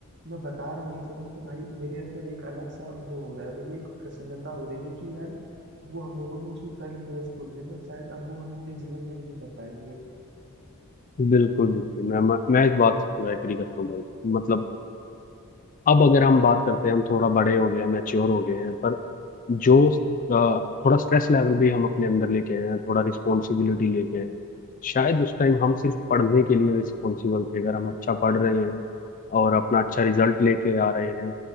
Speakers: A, on the right; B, on the left.
A: मैं बता रहा हूँ ये सब ना तो भाई मेरे अंदर एक अलग सा वो हो रहा है मुझे एक प्रसन्नता हो रही है कि यार वो हम लोगों ने जो कर लिया स्कूल में ना शायद अब वो हम अपने जीवन में नहीं कर पाएंगे
B: बिल्कुल बिल्कुल मैं मैं मैं इस बात से पूरा एग्री करता हूँ भाई मतलब अब अगर हम बात करते हैं हम थोड़ा बड़े हो गए हैं मैच्योर हो गए हैं पर जो अ, थोड़ा स्ट्रेस लेवल भी हम अपने अंदर लेके आए हैं थोड़ा रिस्पॉन्सिबिलिटी लेके आए हैं शायद उस टाइम हम सिर्फ पढ़ने के लिए रिस्पॉन्सिबल थे अगर हम अच्छा पढ़ रहे हैं और अपना अच्छा रिजल्ट लेके आ रहे हैं